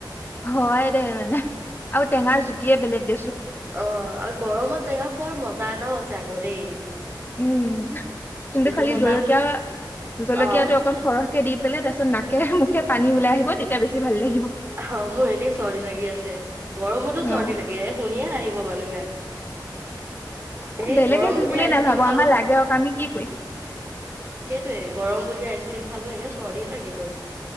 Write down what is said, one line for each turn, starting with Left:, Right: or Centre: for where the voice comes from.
Left: হয় দে মানে আৰু টেঙাৰ জু <unintelligible> জুতিয়েই বেলেগ
Right: অ গৰমত টেঙা খোৱাৰ মজা এটাও আছে আকৌ দেই
Left: উম কিন্তু
Right: সেইটো
Left: খালি
Right: মজা
Left: জলকীয়া জলকীয়া
Right: অ
Left: টো অকণ সৰহকে দি <unintelligible> মুখে পানী ওলাই আহিব তেতিয়া বেছি ভাল লাগিব
Right: অ মোৰ এনেই চৰ্দি লাগি আছে গৰমতো চৰ্দি
Left: অ
Right: লাগে এ শুনিয়ে হাঁহিব মানুহে <inaudible> এই
Left: বেলেগে
Right: গৰম
Left: যি
Right: বুলি আইচক্ৰীম
Left: নাভাবো
Right: খালো
Left: আমাৰ লাগে অক আমি কি কৰিম
Right: সেইটোয়ে গৰম বুলি আইচক্ৰীম খালো <unintelligible> চৰদি লাগি গ'ল